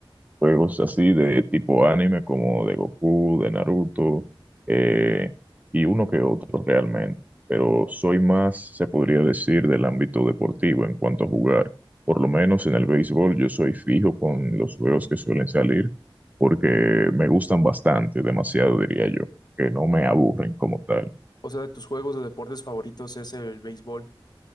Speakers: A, on the right; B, on the left.
A: juegos así de tipo anime como de Goku, de Naruto, eh, y uno que otro realmente. Pero soy más, se podría decir, del ámbito deportivo en cuanto a jugar. Por lo menos en el béisbol yo soy fijo con los juegos que suelen salir porque me gustan bastante, demasiado diría yo, que no me aburren como tal.
B: O sea, de tus juegos de deportes favoritos es el béisbol.